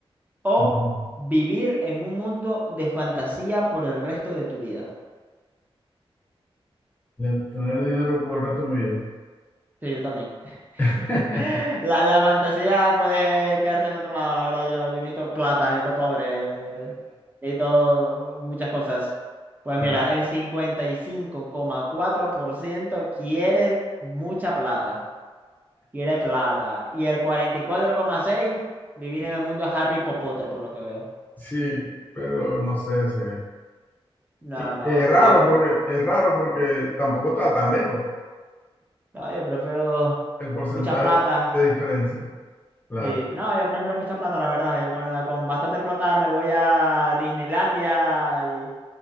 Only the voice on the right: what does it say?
o
vivir en un mundo de fantasía por el resto de tu vida?
Sí, yo también.
<laughs> La, la fantasía puede quedarse en otro lado, la verdad. Yo, yo necesito plata, necesito cobre, eh, necesito muchas cosas. Pues
mira, el cincuenta y cinco coma cuatro por ciento quiere mucha plata. Quiere plata. Y el 44,6% vivir en el mundo de Harry Potter, por lo que veo.
No,
no,
yo,
no, yo prefiero
mucha plata
Sí, no, yo prefiero mucha plata, la verdad. Yo con, la- con bastante plata me voy a Disneylandia y,